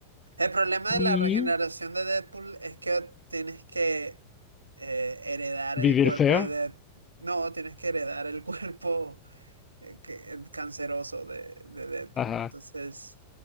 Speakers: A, on the right; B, on the left.
A: El problema
B: sí,
A: de la regeneración de Deadpool es que tienes que eh, heredar
B: vivir
A: el cuerpo
B: feo.
A: de Deadpool. No, tienes que heredar el <laughs> cuerpo eh, que- el canceroso de, de Deadpool.
B: Ajá.
A: Entonces,